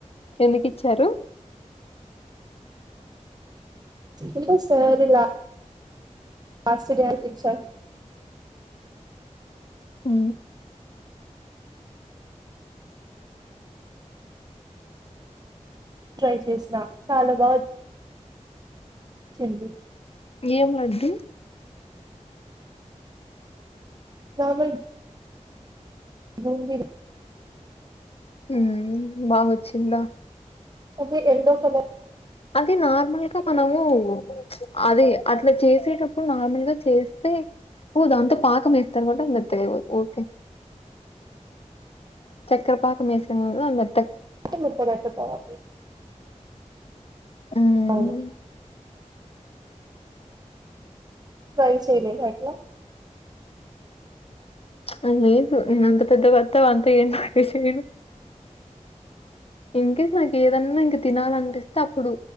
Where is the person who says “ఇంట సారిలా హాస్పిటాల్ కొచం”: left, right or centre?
Right